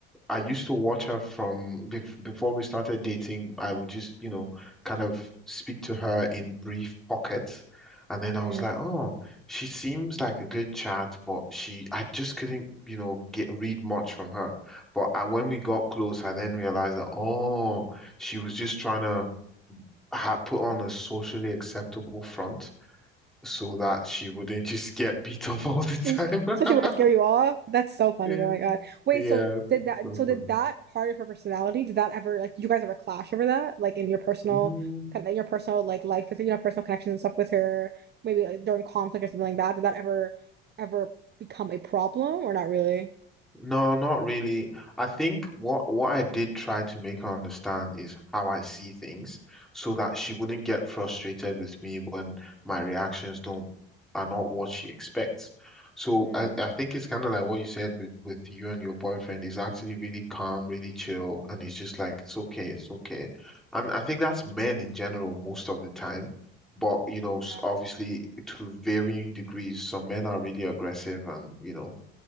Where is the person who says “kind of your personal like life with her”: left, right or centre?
Right